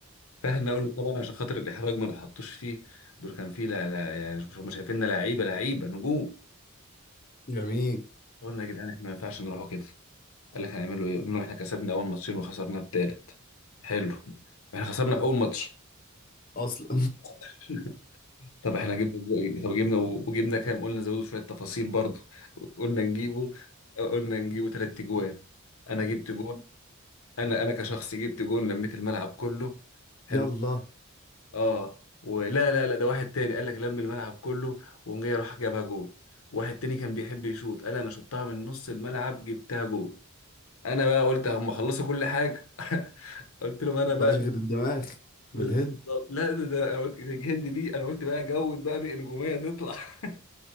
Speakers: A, on the left (about 80°); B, on the left (about 45°).
A: فاحنا قلنا طبعا عشان خاطر الإحراج ما نحطوش فيه دول كان فيه لا لا يعني مش هم شايفيننا لعيبة لعيبة نجوم
B: جميل
A: قلنا يا جدعان احنا ما ينفعش نروحوا كده قال لك هنعملوا ايه قلنا لهم احنا كسبنا أول ماتشين وخسرنا التالت حلو احنا خسرنا أول ماتش
B: اصلا
A: <laughs> طب احنا جبنا بقى- طب جبنا وجبنا كام قلنا زودوا شويه تفاصيل برضه قلنا نجيبه قلنا نجيبه ثلاث تجوان انا جبت جون انا انا كشخص جبت جون لميت الملعب كله حلو
B: <laughs> يلا
A: اه ولا لا لا ده واحد تاني قال لك لم الملعب كله وقام جاي راح جابها جون واحد تاني كان بيحب يشوط قال انا شطها من نص الملعب جبتها جون انا بقى قلت اما خلصوا كل حاجه <laughs> قلت لهم انا
B: مبقاش
A: بقى
B: غير الدماغ
A: بالظبط
B: بالهد
A: لا ده ده انا قلت الهند دي انا قلت بقى جود بقى نجوميه تطلع <laughs>